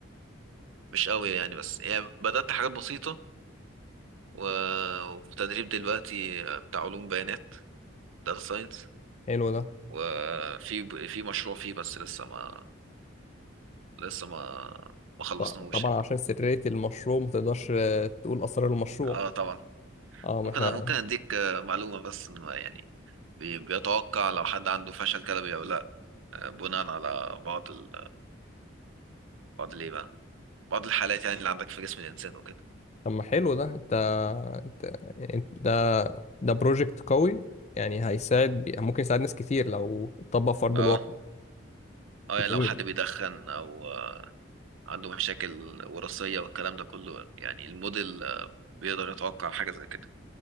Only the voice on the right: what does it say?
مش قوي يعني بس يعني بدأت حاجات بسيطة و... وفي تدريب دلوقتي بتاع علوم بيانات داتا ساينس
وفي في مشروع فيه بس لسه ما لسه ما ما خلصناهوش
يعني
اه طبعا
ممكن
ممكن اديك آه، معلومة بس إن ما يعني بي- بيتوقع لو حد عنده فشل كلوي او لا آه، بناء على بعض ال... بعض الايه بقى بعض الحالات يعني اللي عندك في جسم الانسان وكده
اه
اه
يعني لو حد بيدخن او آه، عنده مشاكل وراثية والكلام ده كله يعني الموديل آه، بيقدر يتوقع حاجة زي كده